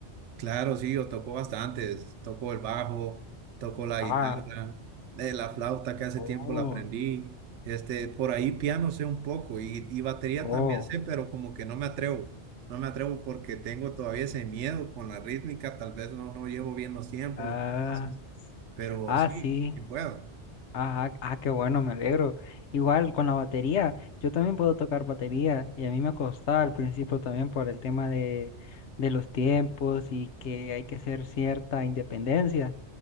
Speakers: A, on the right; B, on the left.
A: Claro, sí, yo toco bastantes. Toco el bajo, toco la
B: Ah,
A: guitarra, eh, la flauta que hace
B: oh,
A: tiempo la aprendí. Este, por ahí piano sé un poco y, y batería
B: oh,
A: también sé, pero como que no me atrevo. No me atrevo porque tengo todavía ese miedo con la rítmica. Tal vez no, no llevo bien los tiempos,
B: ah,
A: los compases,
B: s-
A: pero
B: ah,
A: sí,
B: sí.
A: sí puedo.
B: Ah, ah, ah, qué bueno, me alegro. Igual con la batería, yo también puedo tocar batería y a mí me costaba al principio también por el tema de, de los tiempos y que hay que hacer cierta independencia.